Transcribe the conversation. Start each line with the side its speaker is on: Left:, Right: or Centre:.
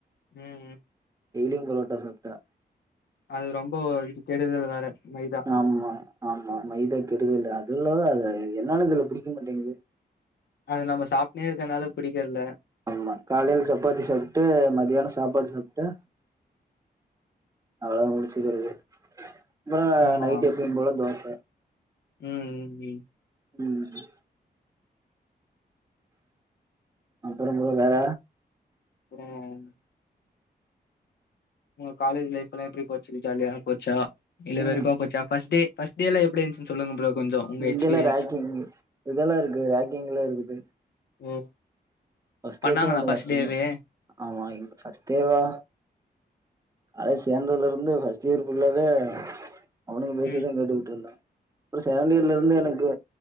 Left: ம் ம்
Right: டெய்லியும் புரோட்டா சாப்டா
Left: அது ரொம்ப இது கெடுதல் வேற மைதா
Right: ஆமா ஆமா மைதா கெடுதல் அதுவுயில்லாத அது என்னானு தெர்ல புடிக்க மாட்டேங்குது
Left: அது நம்ம சாப்டுனே இருக்கனால புடிக்கல
Right: ஆமா காலைல சப்பாத்தி சாப்டு மதியானோ சாப்பாடு சாப்டே அவ்ளதா முடிச்சுகிறது அப்புறோ
Left: ஆமா
Right: நைட் எப்பயு போல தோச
Left: ம் ம் ம்
Right: ம் ம் அப்பறோ ப்ரோ வேற
Left: ம் உங்க காலேஜ் லைஃபல்லா எப்பிடி போச்சு ஜாலியா போச்சா இல்ல
Right: ம்
Left: வெறுப்பா போச்சா ஃபர்ஸ்ட் டே ஃபர்ஸ்ட் ல எப்பிடி இருந்துச்சுன்னு சொல்லுங்க ப்ரோ கொஞ்சோ உங்க
Right: இங்கெல்லா
Left: எக்ஸ்பீரியன்ஸ்
Right: ரேக்கிங் இதெல்லாருக்கு ரேக்கிங்லா இருக்குது
Left: ஓ
Right: ஃபர்ஸ்ட்
Left: பண்ணாங்களா
Right: வருஷோ கொஞ்சோ
Left: ஃபர்ஸ்ட்
Right: கஷ்டந்தா
Left: டேவே
Right: ஆமா இங்க ஃபர்ஸ்ட்டேவா அத சேந்தர்லருந்து ஃபர்ஸ்ட் இயரு புல்லாவே அவனுங்க பேசதா
Left: ம்
Right: கேட்டுக்கிட்டு இருந்த அப்றோ செகண்டியர்லருந்து எனக்கு